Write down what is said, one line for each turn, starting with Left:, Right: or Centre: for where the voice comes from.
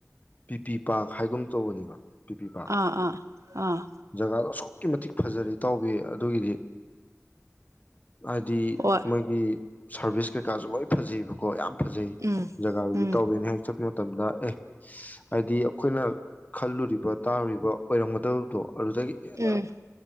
Left: ꯄꯕꯤ ꯄꯄꯤ ꯄꯥꯛ ꯍꯥꯏꯒꯨꯝ ꯇꯧꯕꯅꯦꯕ ꯇꯤ ꯄ ꯄ
Right: ꯑꯥ ꯑꯥ ꯑꯥ
Left: ꯖꯒꯥꯗ ꯑꯁ ꯑꯗꯨꯛꯀꯤ ꯃꯇꯤꯛ ꯐꯖꯔꯤ ꯇꯥꯎꯕꯤ ꯑꯗꯨꯒꯤꯗꯤ ꯍꯥꯏꯗꯤ
Right: ꯍꯣꯏ
Left: ꯃꯣꯏꯒꯤ ꯁꯥꯔꯚꯤꯁ ꯀꯩꯀꯥꯁꯨ ꯂꯣꯏ ꯐꯖꯑꯕꯀꯣ ꯌꯥꯝ ꯐꯖꯩ
Right: ꯎꯝ
Left: ꯖꯒꯥꯗꯨꯗꯤ
Right: ꯎꯝ
Left: ꯇꯧꯋꯦꯅ ꯍꯦꯛ ꯆꯠꯄ ꯃꯇꯝꯗ ꯑꯦ ꯍꯥꯏꯗꯤ ꯑꯩꯈꯣꯏꯅ ꯈꯜꯂꯨꯔꯤꯕ ꯇꯥꯔꯨꯔꯤꯕ ꯑꯣꯏꯔꯝꯒꯗꯕꯗꯣ ꯑꯗꯨꯗꯒꯤ ꯍꯦꯟꯅ
Right: ꯎꯝ